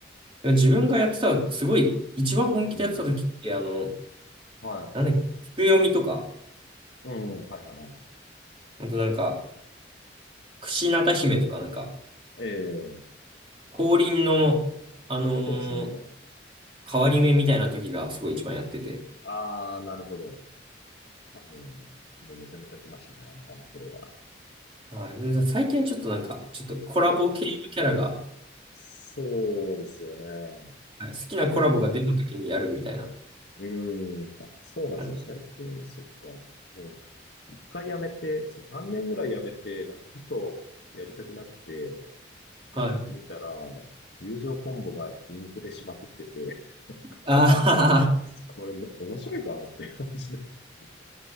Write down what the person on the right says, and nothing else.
で自分がやってた、すごい、一番本気でやってた時って、
あの、
なんだっけ、菊読みとか、
あとなんか、櫛なた姫とか、なんか、
降臨の、あのー
変わり目みたいな時がすごい一番やってて。
はい。で最近はちょっとなんか、ちょっとコラボ系のキャラが、
はい、好きなコラボが出た時にやるみたいな
感じ。
はい。
ああ、